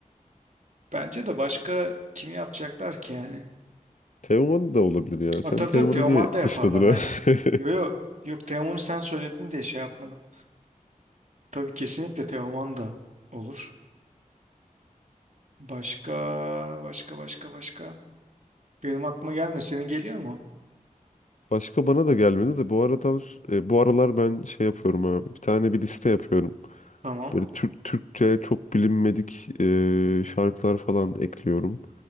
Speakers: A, on the right; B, on the left.
A: Bence de başka kimi yapacaklar ki yani?
B: Teoman da olabilir ya.
A: Ha,
B: Sen
A: tabii
B: Teoman'ı
A: tabii Teoman
B: diye
A: da yaparlar
B: dışladın
A: aynen.
B: ha. <laughs>
A: Yo yo yok Teoman'ı sen söyledin diye şey yapmadım. Tabii kesinlikle Teoman da olur. Başka başka başka başka. Benim aklıma gelmiyor. Senin geliyor mu?
B: Başka bana da gelmedi de bu aralar e, bu aralar ben şey yapıyorum abi. Bir tane bir liste yapıyorum.
A: Tamam.
B: Böyle Türk Türkçe çok bilinmedik e, şarkılar falan ekliyorum.